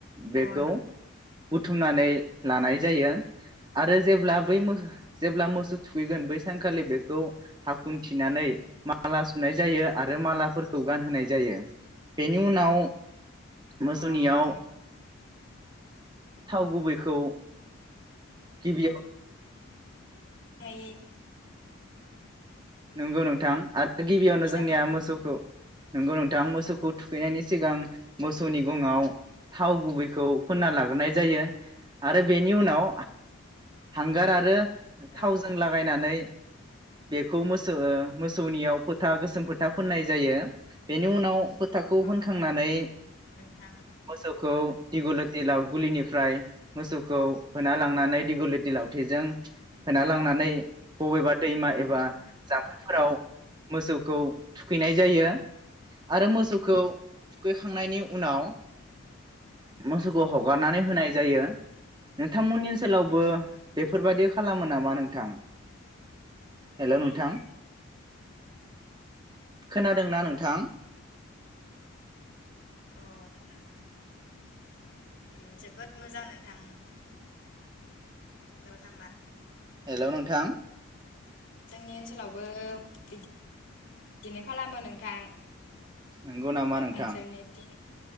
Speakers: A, on the right; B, on the left.
A: बेखौ
B: नोंथां
A: बुथुमनानै लानाय जायो आरो जेब्ला बै मो जेब्ला मोसौ थुखैगोन बै सानखालि बेखौ हाखुन थिनानै माला सुनाय जायो आरो मालाफोरखौ गानहोनाय जायो बेनि उनाव मोसौनियाव
B: अ नोंथां
A: थाव गुबैखौ गिबियाव
B: यै
A: नंगौ नोंथां गिबियावनो
B: बैसागो
A: जोंनिया
B: फोरबो
A: मोसौखौ नोंगौ नोंथां मोसौखौ
B: फोरखौ
A: थुखैनायनि सिगां मोसौनि गंआव थाव गुबैखौ फोनना लाग्रोनाय जायो आरो बेनि उनाव हांगार आरो
B: अ
A: थावजों लागायनानै बे खौ ओ मोसौनियाव फोथा गोसोम फोथा फोननाय जायो बेनि उनाव फोथाखौ
B: अ
A: फोनखांनानै
B: नोंथां
A: मोसौखौ दिगु लथि लाव गुलिनिफ्राय मोसौखौ होना लांनानै दिगु लत लावथिजों होना लां नानै बबेबा दैमा
B: उम
A: एबा जाम्फैफोराव मोसौखौ थुखैनाय जायो आरो मोसौखौ थुखैखांनायनि उनाव मोसौखौ
B: अ
A: हगारनानै होनाय जायो नोंथां <unintelligible> मोननि ओनसोलावबो
B: नोंथां
A: बेफोर बायदि खालामो नामा नोंथां? हेलौ नोंथां खोनादोंना नोंथां?
B: अ नोंथां उम जोबोद मोजां नोंथां उम। नंगौ नामा?
A: हेलौ नोंथां।
B: जोंनि ओनसोलावबो बि <unintelligible> दि बिदिनो खालामो नोंथां
A: नंगौ नामा नोंथां।
B: नोंसोरनिथिं